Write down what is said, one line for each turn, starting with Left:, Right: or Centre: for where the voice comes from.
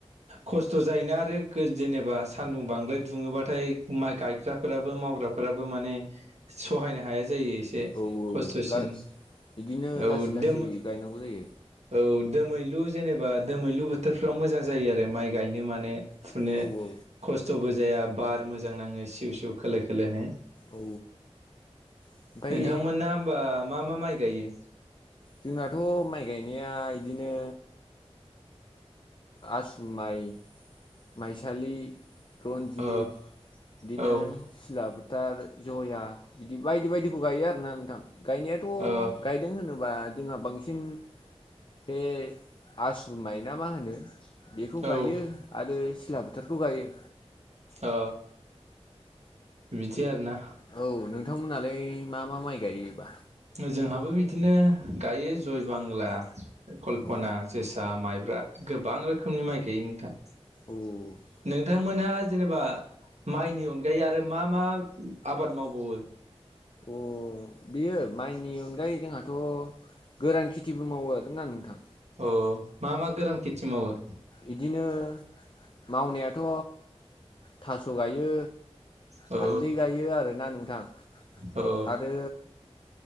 Right: खस्थ' जायोना आरो गो जेनेबा सानदुं बांद्राय दुङोबाथाय माइ गायग्राफोराबो मावग्राफोर राबो माने सहायनो हाया जायो। एसे
Left: औ औ
Right: खस्थ'सिन
Left: ला इदिनो
Right: औ
Left: लासै लासै
Right: दोम
Left: गायनांगौ जायो।
Right: औ दोमैलु जेनेबा दोमैलु बोथोरफ्राव मोजां जायो आरो माइ गायनो मानो फुनो
Left: औ औ
Right: खस्थ'बो जाया बार मोजां नाङो सिउ सिउ खोलो खोलोनो
Left: औ ओमफाय
Right: नोंथांमोना होमबा मा मा माइ गायो?
Left: जोंनाथ' माइ गायनाया इदिनो आसु माइ माइसालि रन्जित
Right: अ
Left: बिदिनो
Right: औ
Left: सिला बु थार ज'या इदि बायदि बायदिखौ गायो आरोना नोंथां गायनायाथ'
Right: अ
Left: गायदों होनोब बा जोंहा बांसिन बे आसु माइना मा होनो बेखौ
Right: औ
Left: गायो आरो सिला बोथारखौ गायो।
Right: ओ बिदि आरोना
Left: औ नोंथांमोनालाय मा मा माइ गायोबा
Right: जोंहाबो बिदिनो गायो जय बांला कल्पना,
Left: अ औ
Right: जोसा, माइब्रा गोबां रोखोमनि माइ गायो नोंथां
Left: ओमफ्राय
Right: नोंथांमोनहा जेनेबा माइनि अनगायै आरो मा मा आबाद मावबावो
Left: अ बियो माइनि अनगायै जोंहाथ' गोरान खेथिबो मावो आरोना नोंथां
Right: अ मा मा गोरान खेथि मावो
Left: इदिनो मावनायाथ' थास' गायो
Right: औ
Left: हालदै गायो आरोना नोंथां
Right: औ
Left: आरो